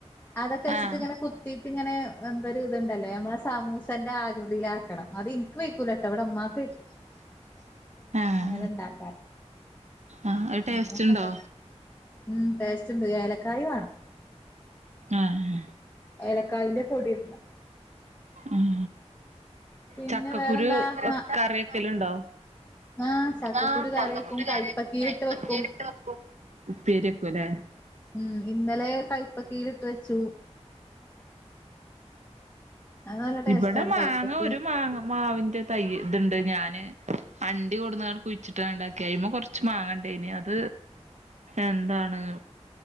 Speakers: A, on the left; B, on the right.
A: അതക്കെ വെച്ചിട്ട്
B: ആഹ്
A: ഇങ്ങനെ കുത്തീട്ട് ഇങ്ങനെ എന്തൊരു ഇത്ണ്ടല്ലോ നമ്മളെ സമൂസന്റെ ആകൃതിയിലാക്കണം അത് ഇൻക് വൈക്കൂലട്ടോ ഇവടെ ഇമ്മാക്ക് വൈക്കും
B: <inaudible> ആഹ്
A: അങ്ങനെ ഇണ്ടാക്കാന്
B: ആഹ് അത് ടേസ്റ്റ്
A: അങ്ങനൊക്കെ
B: ഇണ്ടോ
A: ഇണ്ടാ‌ക്കി ഉം ടേസ്റ്റ്ണ്ട് ഏലക്കായി വാണം
B: ആഹ്
A: ഏലക്കായിന്റെ പൊടി <unintelligible>
B: ഉം
A: പിന്നെ
B: ചക്കക്കുരു
A: വേറെന്താ മ
B: കറിക്കലുണ്ടോ?
A: ആഹ് ചക്കക്കുരു
B: ആഹ്
A: കറി
B: ചക്കക്കുരു
A: വെക്കും
B: കറി
A: കൈപ്പക്കീലിട്ട്
B: കൈപ്പങ്ങേല്ട്ട്
A: വെക്കും
B: വെക്കും ഉപ്പേരിക്കുല്ലേ
A: ഉം ഇന്നലെ കൈപ്പ‌ത്തിലിട്ട് വെച്ചു അത് നല്ല ടേസ്റ്റാണ്
B: ഇവടെ മാങ്ങ
A: കൈപ്പക്കീ
B: ഒരു മാങ്ങ മാവിന്റെ തൈ ഇത്ണ്ട് ഞാന് അണ്ടി കൊട്ന്നാണ്ട് കുഴിച്ചിട്ടാണ്ട് ഇണ്ടാക്കിയാ അയ്മ കൊർച്ച് മാങ്ങണ്ടേന് അത് എന്താണ്